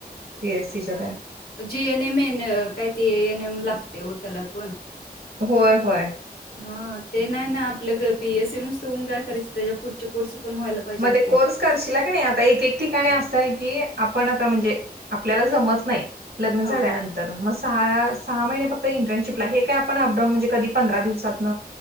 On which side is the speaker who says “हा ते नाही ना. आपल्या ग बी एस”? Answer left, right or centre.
Left